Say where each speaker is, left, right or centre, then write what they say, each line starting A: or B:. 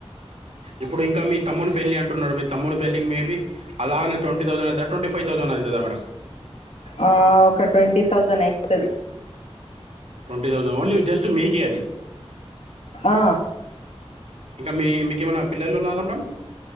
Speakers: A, on the right (about 80°); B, on the left (about 80°).
A: ఇప్పుడు ఇంక మీ తమ్ముడి పెళ్లి అంటున్నారు మీ తమ్ముడి పెళ్లికి మేబ అలాగనే ట్వంటీ థౌండ్ అవు <unintelligible> <unintelligible>
B: ఆ ఒక ట్వంటీ థౌజండ్ అయితది
A: ట్వంటి దౌసండ్ ఓన్లీ జస్ట్ మీకే అది
B: ఆ
A: ఇంకా మీ మీకు ఏమైనా పిల్లలు ఉన్నారా మేడమ్